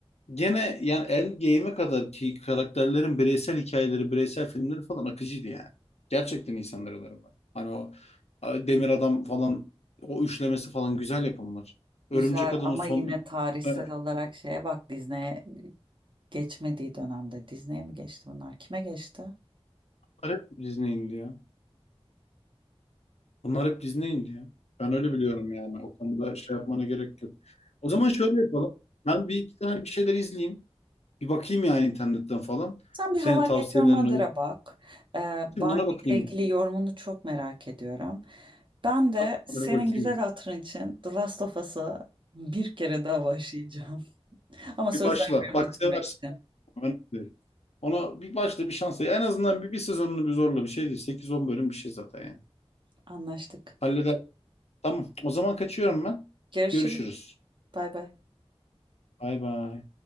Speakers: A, on the left; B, on the right.
A: gene yani Endgame'e kadar ki karakterlerin bireysel hikayeleri, bireysel filmleri falan akıcıydı yani. Gerçekten insanları var. Hani o e, Demir Adam falan o üçlemesi falan güzel yapımlar. Örümcek
B: Güzel
A: Adam'ın
B: ama
A: son
B: yine
A: iki
B: tarihsel
A: tane
B: olarak şeye bak Disney'e geçmediği dönemde. Disney'e mi geçti bunlar? Kime geçti?
A: bunlar hep Disney'indi ya. Bunlar hep Disney'indi ya. Ben öyle biliyorum yani. O konuda şey yapmana gerek yok. O zaman şöyle yapalım. Ben bir iki tane bir şeyler izleyeyim. Bir bakayım yani internetten falan.
B: Sen bir
A: Senin
B: hava
A: tavsiyelerine
B: I Met Your Mother'a
A: uygun.
B: bak. Ee, Barney
A: Ona bakayım.
B: ile ilgili yorumunu çok merak ediyorum. Ben de
A: Tamam,
B: senin
A: Ona bakayım.
B: güzel hatırın için The Last of Us'a bir kere daha başlayacağım. <laughs> Ama söz
A: Bir başla.
B: vermiyorum
A: Bak
B: bitirmek
A: seversin.
B: için.
A: Önemli değil. Ona bir başla bir şans. ver. En azından bir, bir sezonunu bir zorla bir şey değil. sekiz on bölüm bir şey zaten yani.
B: Anlaştık.
A: Halleder. Tamam. O zaman kaçıyorum ben.
B: Görüşürüz.
A: Görüşürüz.
B: Bay bay.
A: Bay bay.